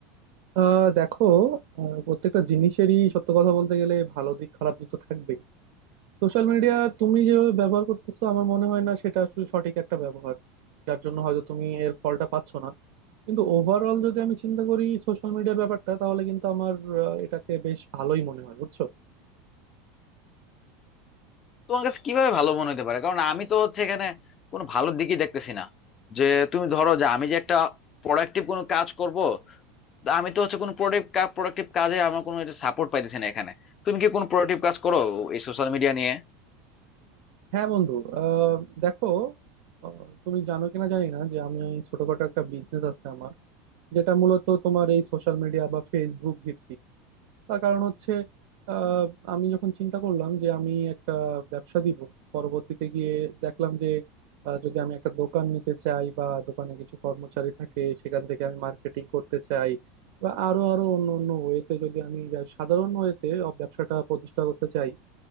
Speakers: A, on the right (about 60°); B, on the left (about 25°).
A: আহ দেখো আহ, প্রত্যেকটা জিনিসেরই সত্য কথা বলতে গেলে ভালো দিক খারাপ দিক তো থাকবেই সোশ্যাল মিডিয়া তুমি যেভাবে ব্যবহার করতেছো আমার মনে হয় না সেটা আসলে সঠিক একটা ব্যবহার যার জন্য হয়তো তুমি এর ফলটা পাচ্ছ না কিন্তু ওভারঅল যদি আমি চিন্তা করি সোশ্যাল মিডিয়ার ব্যাপারটা তাহলে কিন্তু আমার আহ, এটাকে বেশ ভালোই মনে হয় বুঝছো
B: তোমার কাছে কিভাবে ভালো মনে হতে পারে কারণ আমি তো হচ্ছে এখানে কোনো ভালো দিকই দেখতেছি না যে তুমি ধরো যে আমি যে একটা প্রোডাক্টিভ কোনো কাজ করব তো আমি তো হচ্ছে কোনো প্রোডাক্ট প্রোডাক্টিভ কাজে আমার কোনো সাপোর্ট পাইতেছি না এখানে তুমি কি কোনো প্রোডাক্টিভ কাজ করো এই সোশ্যাল মিডিয়া নিয়ে
A: হ্যাঁ বন্ধু আহ, দেখো আহ, তুমি জানো কিনা জানি না যে আমি ছোটখাটো একটা বিজনেস আছে আমার যেটা মূলত তোমার এই সোশ্যাল মিডিয়া বা ফেসবুক ভিত্তিক তার কারণ হচ্ছে আহ, আমি যখন চিন্তা করলাম যে আমি একটা ব্যবসা দিব পরবর্তীতে গিয়ে দেখলাম যে আহ, যদি আমি একটা দোকান নিতে চাই বা দোকানে কিছু কর্মচারী থাকে সেখান থেকে আমি মার্কেটিং করতে চাই বা আরো আরো অন্য অন্য ওয়েতে যদি আমি ব্যব- সাধারণ ওয়েতে ব্যবসাটা প্রতিষ্ঠা করতে চাই